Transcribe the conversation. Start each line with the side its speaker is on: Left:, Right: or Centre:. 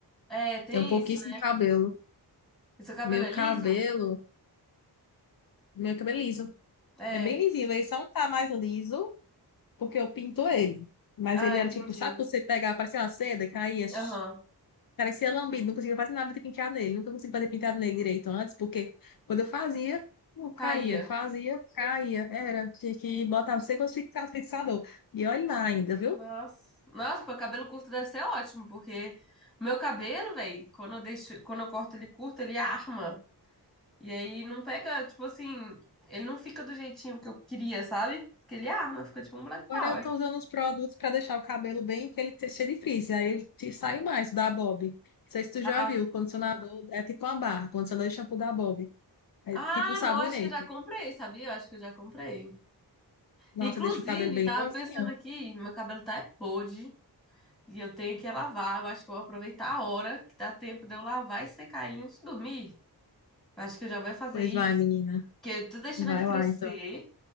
Centre: É, tem
Left: Tenho pouquíssimo
Centre: isso, né?
Left: cabelo.
Centre: E seu cabelo
Left: Meu
Centre: é
Left: cabelo,
Centre: liso?
Left: meu cabelo é liso.
Centre: É.
Left: É bem lisinho, ele só não tá mais liso porque eu pinto ele. Mas
Centre: Ah,
Left: ele era
Centre: entendi.
Left: tipo, sabe quando você pegava, parecia uma seda e caía, sh-
Centre: Aham.
Left: parecia lambido, não conseguia fazer nada de penteado nele, nunca consegui fazer penteado nele direito antes, porque quando eu fazia, não caía,
Centre: Caía.
Left: fazia, caía, era, tinha que botar, não sei quantos fixa- fixador. E olha lá ainda, viu?
Centre: Nossa. Nossa, pô, cabelo curto deve ser ótimo, porque o meu cabelo, velho, quando eu deixo, quando eu corto ele curto, ele arma. E aí não pega, tipo assim, ele não fica do jeitinho que eu queria, sabe? Porque ele arma, fica tipo um Black Power.
Left: Agora eu tô usando uns produtos para deixar o cabelo bem que ele seja difícil, aí ele te sai mais da Bob. Não sei se tu
Centre: Ah,
Left: já viu, o condicionador é tipo uma barra, condicionador de shampoo da Bob. É
Centre: ah,
Left: tipo um sabonete.
Centre: não, acho que eu já comprei, sabia? Eu acho que eu já comprei.
Left: Nossa,
Centre: Inclusive,
Left: deixa o cabelo bem
Centre: tava
Left: bonzinho.
Centre: pensando aqui, meu cabelo tá é podre e eu tenho que lavar. Eu acho que eu vou aproveitar a hora que dá tempo de eu lavar e secar ele antes de dormir. Eu acho que eu já vou fazer
Left: Pois
Centre: isso.
Left: vai, menina.
Centre: Porque eu tô deixando
Left: Vai
Centre: ele crescer.
Left: lá, então.